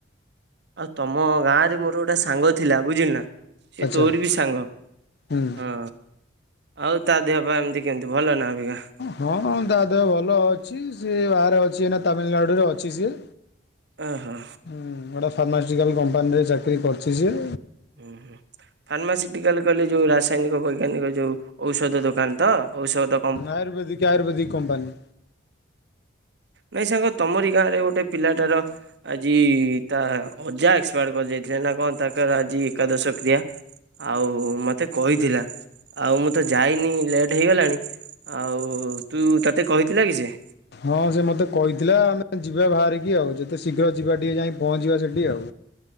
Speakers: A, on the right; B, on the left.
A: ଆଉ ତମ ଗାଁରେ ମୋର ଗୋଟେ ସାଙ୍ଗ ଥିଲା। ବୁଝିଲୁ ନା? ସିଏ
B: ଆଚ୍ଛା
A: ତୋର ବି ସାଙ୍ଗ।
B: ହୁଁ
A: ହଁ। ଆଉ ତା ଦେହ ପା ଏମିତି କେମିତି ଭଲ ନା ଅବିକା?
B: ହଁ ତା ଦେହ ଭଲ ଅଛି। ସିଏ ବାହାରେ ଅଛି ଏଇନା ତାମିଲନାଡୁରେ ଅଛି ସିଏ।
A: ଆହା।
B: ହୁଁ ବଡ ଫାର୍ମାସିଟିକାଲ କମ୍ପାନୀରେ ଚାକିରି କରିଚି ସିଏ।
A: ଉଁ ହୁଁ। ଫାର୍ମାସିଟିକାଲ କହିଲେ ଯୋଉ ରାସାୟନିକ ବୈଜ୍ଞାନିକ ଯୋଉ ଔଷଧ ଦୋକାନ ତ? ଓଷୋଦ
B: ଆୟୁର୍ବେଦିକ ଆୟୁର୍ବେଦିକ କମ୍ପାନୀ।
A: ନାଇଁ ସାଙ୍ଗ ତମରି ଗାଁରେ ଗୋଟେ ପିଲାଟାର ଆଜି ତା ଅଜା ଏକ୍ସପାଏଡ କରି ଯାଇଥିଲେ ନା କଣ ତାଙ୍କର ଆଜି ଏକାଦଶ କ୍ରିୟା। ଆଉ ମତେ କହିଥିଲା। ଆଉ ମୁଁ ତ ଯାଇନି ଲେଟ୍ ହେଇଗଲାଣି। ଆଉ ତୁ ତତେ କହିଥିଲା କି ସିଏ?
B: ହଁ ସେ ମତେ କହିଥିଲା ଆମେ ଯିବା ବାହାରିକି ଆଉ। ଯେତେ ଶୀଘ୍ର ଯିବା ଟିକିଏ ଯାଇ ପହଞ୍ଚିବା ସେଠି। ଆଉ